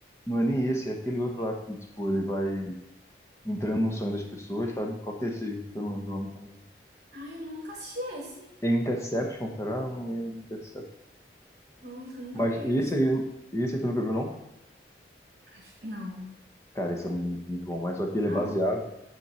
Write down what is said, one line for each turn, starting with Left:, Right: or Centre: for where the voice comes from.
Left: não é nem esse, é aquele outro lá que, tipo, ele vai entrando no sonho das pessoas, sabe? Qual que é esse aí? Que Eu não lembro o nome também.
Right: Ai, eu nunca assisti esse.
Left: É Interception, será? Não é Interception.
Right: Nossa, eu nunca
Left: Mas
Right: vi
Left: esse
Right: esse.
Left: aí, esse aí tu nunca viu, não?
Right: Acho- Não,
Left: Cara, esse é muito, muito bom. Mas só que
Right: não.
Left: ele é baseado